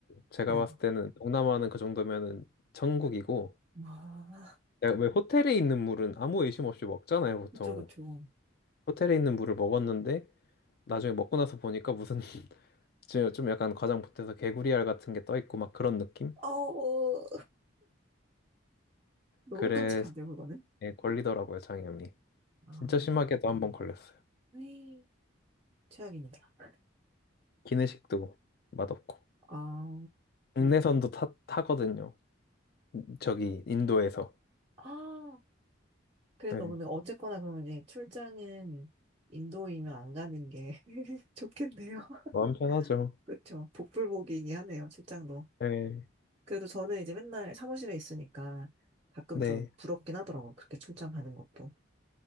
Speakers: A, on the left; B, on the right.
A: 제가
B: 네.
A: 봤을 때는 동남아는 그 정도면은 천국이고
B: 아,
A: 야, 왜 호텔에 있는 물은 아무 의심 없이 먹잖아요, 보통.
B: 그쵸, 그쵸.
A: 호텔에 있는 물을 먹었는데 나중에 먹고 나서 보니까 무슨 <laughs> 지- 좀 약간 과장 보태서 개구리알 같은 게 떠 있고 막 그런 느낌?
B: 어우, 너무
A: 그래서
B: 끔찍한데요, 그거는?
A: 예, 걸리더라고요, 장염이.
B: 아,
A: 진짜 심하게도 한번 걸렸어요.
B: 네. 최악입니다.
A: 기내식도 맛없고.
B: 아,
A: 국내선도 타, 타거든요. 저기 인도에서.
B: 아. 그래도
A: 예,
B: 근데 어쨌거나 그러면 이제 출장은 인도이면 안 가는 게 <laughs> 좋겠네요. <laughs>
A: 마음 편하죠.
B: 그렇죠. 복불복이긴 하네요, 출장도.
A: 예.
B: 그래도 저는 이제 맨날 사무실에 있으니까 가끔
A: 네.
B: 좀 부럽긴 하더라고요. 그렇게 출장 가는 것도.